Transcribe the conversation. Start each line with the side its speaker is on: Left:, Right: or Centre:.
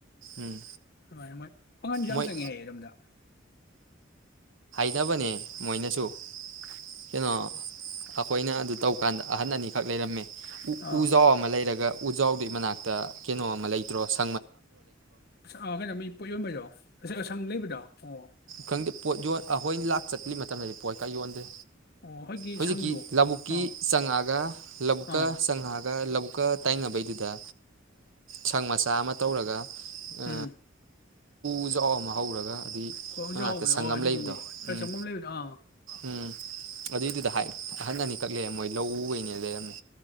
Right: ꯎꯝ
Left: ꯑꯃ ꯄꯥꯉꯜꯁꯨ ꯌꯥꯝ
Right: ꯃꯣꯏ
Left: ꯆꯪꯉꯦ ꯍꯥꯏꯌꯦꯔꯣꯝꯗ
Right: ꯅꯅꯕꯅꯦ ꯃꯣꯏꯅꯁꯨ ꯀꯩꯅꯣ ꯑꯩꯈꯣꯏꯅ ꯑꯗꯨ ꯇꯧꯀꯥꯟꯗ ꯑꯍꯟ ꯑꯅꯤꯈꯛ ꯂꯩꯔꯝꯃꯦ ꯎ
Left: ꯑꯥ
Right: ꯎꯖꯥꯎ ꯑꯃ ꯂꯩꯔꯒ ꯎꯖꯥꯎꯗꯨꯩ ꯃꯅꯥꯛꯇ ꯀꯩꯅꯣ ꯑꯃ ꯂꯩꯇ꯭ꯔꯣ ꯁꯥꯔ
Left: ꯑꯣ ꯀꯩꯅꯣ ꯃꯤ ꯄꯣꯠ ꯌꯣꯟꯕꯗꯣ ꯉꯁꯥꯏ ꯑꯁꯪ ꯂꯩꯕꯗꯣ ꯑꯣ
Right: ꯈꯪꯗꯦ ꯄꯣꯠ ꯌꯣꯟ ꯑꯩꯈꯣꯏꯅ ꯂꯥꯛ ꯆꯠꯂꯤ ꯃꯇꯝꯗꯗꯤ ꯄꯣꯠ ꯀꯩ ꯌꯣꯟꯗ꯭ꯔꯦ
Left: ꯑꯣ ꯍꯣꯏꯒꯤ
Right: ꯍꯧꯖꯤꯛꯀꯤ
Left: ꯁꯪꯗꯣ
Right: ꯂꯧꯕꯨꯛꯀꯤ
Left: ꯑꯥ
Right: ꯆꯪꯉꯛꯑꯒ ꯂꯧꯕꯕꯨꯛꯀ
Left: ꯑꯥ
Right: ꯆꯪꯉꯛꯑꯒ ꯂꯧꯕꯛ ꯑꯃꯨꯛꯀ ꯇꯥꯏꯅꯕꯩꯗꯨꯗ ꯁꯪ ꯃꯆꯥ ꯑꯃ ꯇꯧꯔꯒ ꯑ
Left: ꯎꯝ
Right: ꯎꯖ ꯑꯃ ꯍꯧꯔꯒ ꯑꯗꯨꯏ
Left: ꯍ ꯑꯣꯖꯥ
Right: ꯃꯅꯥꯛꯇ
Left: ꯍꯧꯕꯗꯣ
Right: ꯁꯪ
Left: ꯍ
Right: ꯑꯃ
Left: ꯑꯗꯨꯗꯨꯅꯦ
Right: ꯂꯩꯕꯗꯣ
Left: ꯈꯔ
Right: ꯎꯝ
Left: ꯆꯪꯉꯝ ꯂꯩꯕꯗ ꯑꯥ
Right: ꯎꯝ ꯑꯗꯨꯏꯗꯨꯗ ꯍꯥꯏ ꯑꯍꯟ ꯑꯅꯤꯈꯛ ꯂꯩꯔꯦ ꯃꯣꯏ ꯂꯧꯎꯈꯩꯅꯦ ꯂꯩꯔꯝꯃꯦ